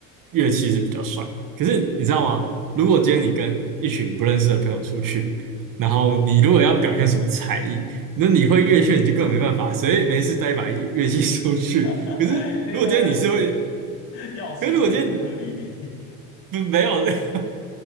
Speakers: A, on the right (about 50°); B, on the left (about 70°).
A: 乐器是比较帅，可是你知道吗？如果今天你跟一群不认识的朋友出去，然后你如果要表现什么才艺，那你会乐器你就更没办法，谁没事带一把乐乐器出去？
B: <laughs>
A: 可是如果今天你是会，
B: 可以带 <laughs> 钥匙圈乌克丽丽。
A: 可是如果今天没有，<laughs>